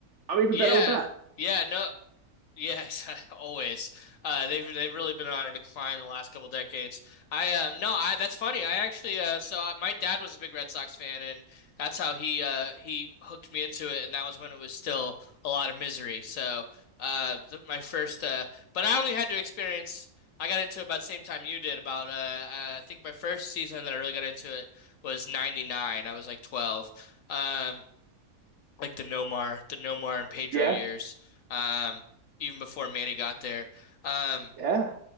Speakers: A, on the right; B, on the left.
A: I'm even
B: Yeah.
A: better with that.
B: Yeah, no, Yeah, <laughs> Always. Uh, they've they've really been on a decline the last couple decades. I um no, I that's funny. I actually uh so I, my dad was a big Red Sox fan, and that's how he uh he hooked me into it, and that was when it was still a lot of misery. So uh th my first uh, but I only had to experience. I got into it about the same time you did. About uh, uh I think my first season that I really got into it was '99. I was like 12. Um like the Nomar, the Nomar and Pedro
A: Yeah.
B: years, um, even before Manny got there. Um,
A: Yeah.